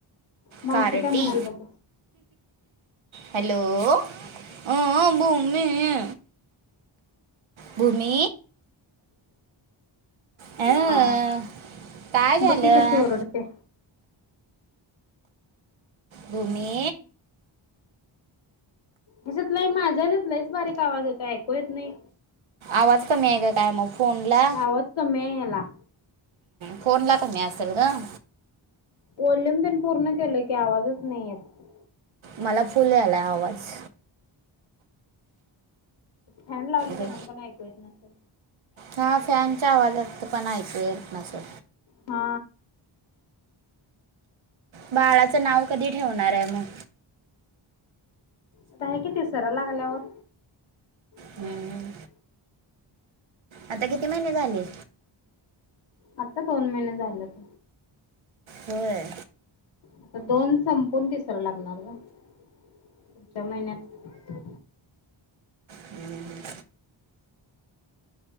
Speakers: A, on the left (about 75°); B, on the right (about 75°).
A: मावशी
B: कारटी
A: काय म्हणाल बाघ
B: हॅलो ह भूमीमी भूमी अं,
A: हा
B: काय झालं
A: बक्की कशी ओरडते
B: घूमी
A: हशतला माझ्यातलाच बारीक आवाज यता ऐकू येत नाही
B: आवाज कमी आहे काय काय मग फोनला
A: आवाज कमी आहे याला
B: फोनला कमी असेल गं
A: वॉल्युम तेन पूर्ण केलं की आवाजच नाही आहेत
B: मला फुल्ल यायलाय आवाज
A: फॅन लावलोय त्यान
B: ग.
A: पण ऐकूयेत नसलं
B: हा फॅनच्या आवाजात पण ऐकू येतं नसलं
A: हा
B: बाळाचं नाव कधी ठेवणार आहे मग
A: आता आहे की तिसरा लागल्यावर ठेवायचं
B: हम हम आता किती महिने झाले
A: आता पाऊण महिने झाल्यात
B: होय
A: आता दोन संपून तीसरा लागणार गं पुढच्या महिन्यांत
B: हम्मम हम्म